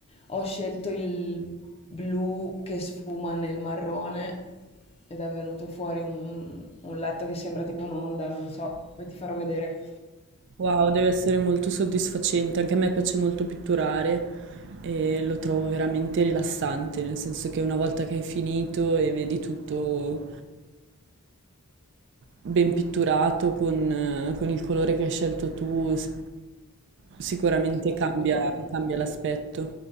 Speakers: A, on the left; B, on the right.
A: Ho scelto il blu che sfuma nel marrone ed è venuto fuori un, un letto che sembra tipo un'onda, non so, poi ti farò vedere.
B: Wow, deve essere molto soddisfacente, anche a me piace molto pitturare e lo trovo veramente rilassante, nel senso che una volta che hai finito e vedi tutto ben pitturato con, eh, con il colore che hai scelto tu, s- sicuramente cambia,
A: Assolutamente.
B: cambia l'aspetto.